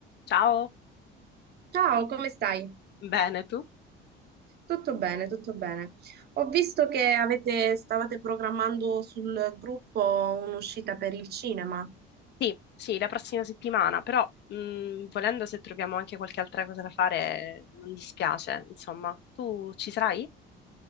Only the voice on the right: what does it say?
Ciao, come stai?
Tutto bene, tutto bene. Ho visto che avete- stavate programmando sul gruppo un'uscita per il cinema.